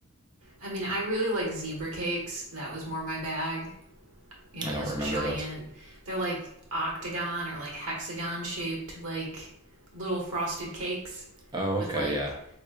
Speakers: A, on the right (about 65°); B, on the right (about 20°).
A: I mean, I really like zebra cakes. That was more my bag. You know,
B: I don't
A: those
B: remember
A: giant.
B: those.
A: They're like octagon or like hexagon shaped like little frosted cakes
B: Oh,
A: with
B: okay,
A: like
B: yeah.